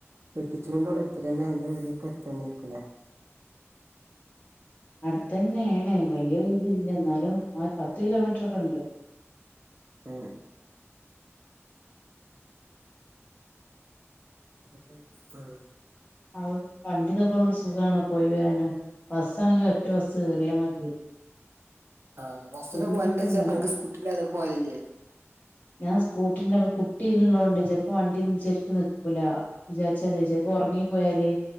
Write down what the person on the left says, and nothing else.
അട്ത്തന്യേണ് വല്യ ത്‌ല്യ ന്നാലും ആ ഒരു പത്ത് കിലോമീറ്ററൊക്കെണ്ട്
അ ഹൗ വണ്ടിതൊക്കെള്ളോണ്ട് സുഖാണ് പോയി വരാന് ബസ്സാണെങ്കി ഒറ്റ ബസ്സ് കേറിയ മതി
ബുദ്ധിമുട്ടൊന്നുല്ല
ഞാൻ സ്കൂട്ടി കുട്ടി ചിലപ്പോ നിക്കൂലാ വണ്ടി ചെരിക്കക്ക് നിൽക്കൂല വിചാരിച്ച ഉറങ്ങി പോയാലെ